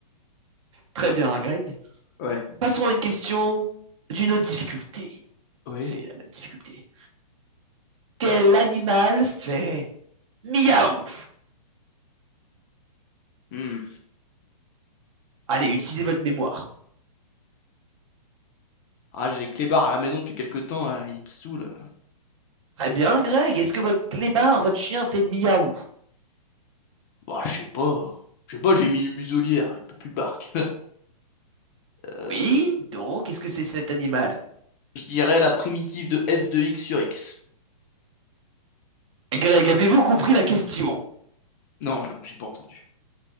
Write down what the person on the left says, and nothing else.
Ouais.
Oui.
Hmm.
Ah, j'ai les clébards à la maison depuis quelque temps, hein, ils me saoulent.
Bah, je sais pas. Je sais pas, j'ai mis une muselière, il peut plus barque. <laughs> Euh,
je dirais la primitive de f de x sur x.
Non, j'avoue, j'ai pas entendu.